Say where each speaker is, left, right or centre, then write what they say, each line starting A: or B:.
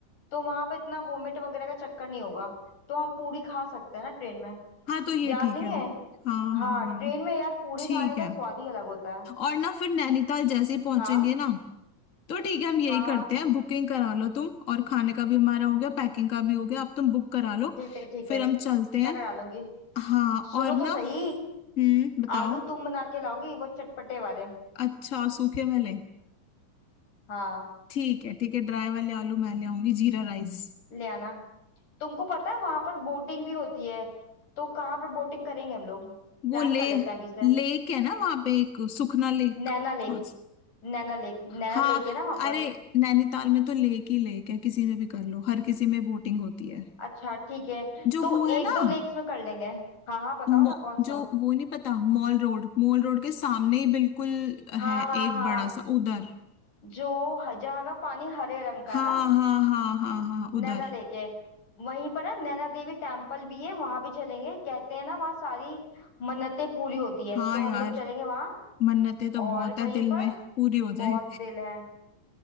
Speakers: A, on the left; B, on the left.
A: तो वहां पर इतना वोमिट वगैरह का चक्कर नहीं होगा तो हम पूरी खा सकते हैं ना ट्रेन में
B: हाँ तो ये
A: याद
B: ठीक
A: नहीं
B: है
A: है
B: हाँ
A: हाँ
B: हाँ हाँ
A: ट्रेन में यार पूरी
B: ठीक
A: खाने का
B: है
A: स्वाद ही अलग होता है
B: और ना फिर नैनीताल जैसे ही पहुंचेंगे
A: हाँ
B: ना तो ठीक है हम यही
A: हाँ
B: करते
A: हाँ
B: हैं बुकिंग करा लो तुम और खाने का भी हमारा हो गया पैकिंग का भी हो गया अब तुम बुक करा लो
A: ठीक है ठीक
B: फिर
A: है
B: हम चलते हैं
A: मैं करा लूंगी
B: हाँ
A: सुनो
B: और
A: तो
B: ना
A: सही
B: हम्म बताओ
A: आलू तुम बना के लाओगी वो चटपटे वाले
B: अच्छा सूखे वाले
A: हाँ
B: ठीक है ठीक है ड्राई वाले आलू मैं ले आऊंगी जीरा राइस
A: ले आना तुमको पता है वहां पर बोटिंग भी होती है तो कहाँ पर बोटिंग करेंगे हम लोग प्लान
B: वो ले
A: कर लेते हैं अभी से
B: लेक है ना वहां पे एक सुखना लेक
A: Naina lake
B: कौन सा
A: Naina lake Naina
B: हाँ
A: lake है ना वहां पर
B: अरे नैनीताल में तो लेक ही लेक है किसी में भी कर लो हर किसी में बोटिंग होती है
A: अच्छा ठीक है
B: जो
A: तो
B: वो है
A: एक
B: ना
A: दो लेक्स में कर लेंगे हाँ हाँ बताओ
B: मॉ-
A: ना कौन
B: जो
A: सा
B: वो नहीं पता मॉल रोड मॉल रोड के सामने ही बिल्कुल
A: हाँ
B: है
A: हाँ
B: एक
A: हाँ
B: बड़ा सा उधर
A: जो ह- जहाँ का पानी हरे रंग का
B: हाँ
A: है ना
B: हाँ हाँ हाँ हाँ उधर
A: नैना लेक है वहीं पर ना नैना देवी टेम्पल भी है वहां भी चलेंगे कहते हैं ना वहाँ सारी मन्नतें पूरी होती है
B: हाँ
A: तो हम
B: यार
A: लोग चलेंगे वहां
B: मन्नतें तो बहुत
A: और
B: है
A: वहीं
B: दिल
A: पर
B: में पूरी हो जाए
A: बहुत दिल है